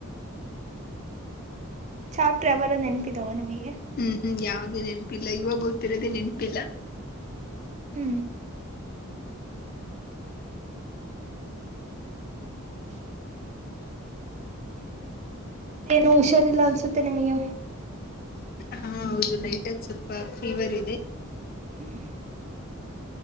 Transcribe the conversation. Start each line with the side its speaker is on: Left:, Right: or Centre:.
Right: ಚಾಕ್ಟರ್ ಎವರ ನನ್ಪಿದಾವ ನೀಮಗೆ
Left: ಹ್ಮ್ ಹ್ಮ್ ಯಾವ್ದ ನೆನಪಿಲ್ಲ ಇವಾಗ ಗೊತ್ತಿರೋದೆೇ ನೆನಪಿಲ್ಲ
Right: ಹ್ಮ್ ಮತ್ತೇ ಏನು ಹುಷಾರಿಲ್ಲ ಅನ್ಸುತ್ತೆ ನಿಮಗೆ
Left: ಹಾ ಹೌದು ಲೈಟಗ ಸ್ವಲ್ಪ ಫೀವರ್ ಇದೆ
Right: ಹ್ಮ